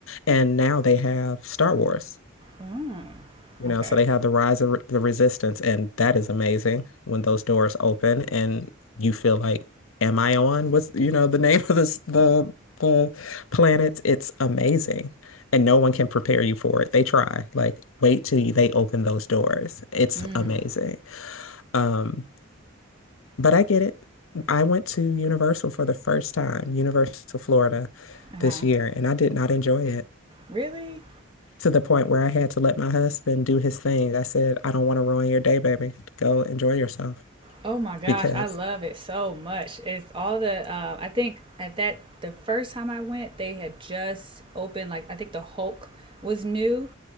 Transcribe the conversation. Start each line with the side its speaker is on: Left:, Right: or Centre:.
Left: and now they have Star Wars.
Right: Mm.
Left: You know,
Right: Okay.
Left: so they have the rise of re- the resistance, and that is amazing when those doors open and you feel like, am I on? What's, you know, the name of this, the the planet? It's amazing. And no one can prepare you for it. They try. Like, wait till you, they open those doors. It's
Right: Mm.
Left: amazing. Um, but I get it. I went to Universal for the first time, Universal Florida
Right: Uh
Left: this
Right: huh.
Left: year, and I did not enjoy it
Right: Really?
Left: to the point where I had to let my husband do his thing. I said, I don't want to ruin your day, baby. Go enjoy yourself
Right: Oh my gosh,
Left: because.
Right: I love it so much. It's all the uh, I think at that the first time I went, they had just opened like I think the Hulk was new